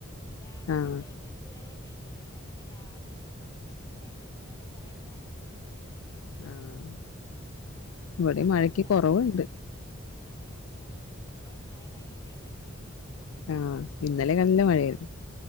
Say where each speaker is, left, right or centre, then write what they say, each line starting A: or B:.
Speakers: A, on the left; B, on the left.
A: രാവിലെ
B: ആഹ്
A: പെയ്ത് ഇതുവരെ പെയ്തില്ലട്ടോ ഞാൻ രാവിലെ തന്നെ ഒക്കെ ചിക്കാട്ട് ഏതാലും കൊറേക്കെ ഉണങ്ങീണ്
B: ആഹ്
A: ഒക്കെ ഇപ്പ
B: ഇവിടെയും
A: പെട്ടെന്ന്
B: മഴക്ക്
A: ചാട്ണ്ട്
B: കൊറവുണ്ട്
A: ആഹ് ഇപ്പം മഴ പൈ പെയ്യ്ണ്ട്
B: ആഹ് ഇന്നലെ നല്ല മഴയേരുന്നു